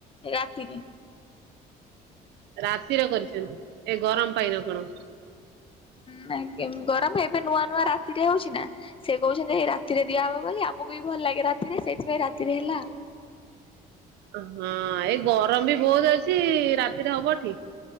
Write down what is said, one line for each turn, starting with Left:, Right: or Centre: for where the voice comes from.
Left: ଏ ରାତିରେ।
Right: ରାତିରେ କରିଚନ୍ତି ଏ ଗରମ ପାଇଁ ନା କଣ?
Left: ହୁଁ ଆଗେ ଗରମ ପାଇଁ ଏବେ ନୂଆ ନୂଆ ରାତିରେ ହୋଉଚି ନା। ସେ କୋହୁଛନ୍ତି ହେଇ ରାତିରେ ଦିଆହବ ବୋଲି ଆମକୁ ବି ଭଲ ଲାଗେ ରାତିରେ ସେଇଥିପାଇଁ ରାତିରେ ହେଲା ଆଉ।
Right: ଅଁହଁ ଏଇ ଗରମ ବି ବୋହୁତ ଅଛି ରାତିରେ ହବ ଠିକ୍।